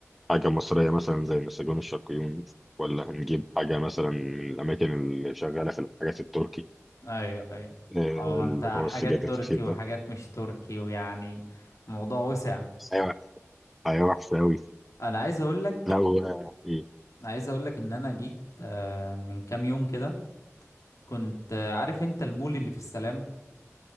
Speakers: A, in the centre; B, on the left.
A: حاجة مصرية مثلا زي نسجون الشرقيون ولا هنجيب حاجة مثلا من الأماكن اللي شغالة في الحاجات التركي
B: ايوه ايوه
A: آه،
B: اه
A: اللي
B: انت
A: هو
B: حاجات
A: السجاد الخفيف
B: تركي وحاجات
A: ده
B: مش تركي ويعني الموضوع وسع
A: ايوه ايوه وحش قوي
B: انا عايز اقول لك
A: لا هو ايه
B: عايز اقول لك ان انا جيت آه، من كام يوم كده كنت آه، عارف انت المول اللي في السلام